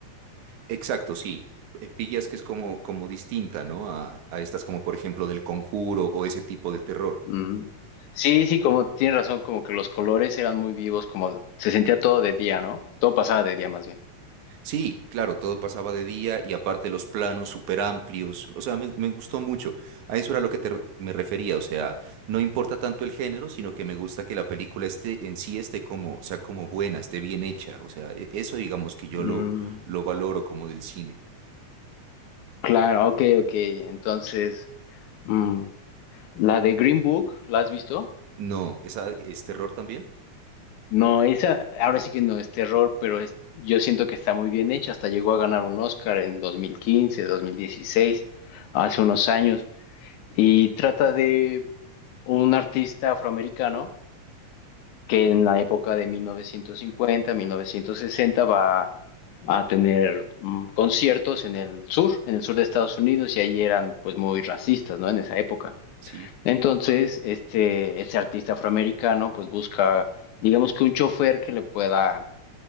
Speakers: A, on the right; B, on the left.
A: Exacto, sí. Eh, Pillas que es como, como distinta, ¿no? A, a estas como por ejemplo del Conjuro o ese tipo de terror.
B: Mm. Sí, sí, como tienes razón, como que los colores eran muy vivos, como se sentía todo de día, ¿no? Todo pasaba de día más bien.
A: Sí, claro, todo pasaba de día y aparte los planos súper amplios, o sea, me, me gustó mucho. A eso era lo que te re- me refería, o sea, no importa tanto el género, sino que me gusta que la película esté en sí esté como, sea como buena, esté bien hecha, o sea, e- eso digamos que yo
B: Mm,
A: lo, lo valoro como del cine.
B: Claro, ok, ok. Entonces, mm, la de Green Book, ¿la has visto?
A: No, ¿esa es terror también?
B: No, esa ahora sí que no es terror, pero es, yo siento que está muy bien hecha. Hasta llegó a ganar un Oscar en 2015, 2016, hace unos años. Y trata de un artista afroamericano que en la época de 1950, 1960 va a tener mm, conciertos en el sur, en el sur de Estados Unidos, y ahí eran pues muy racistas, ¿no? En esa época.
A: Sí.
B: Entonces, este, ese artista afroamericano pues busca, digamos que un chofer que le pueda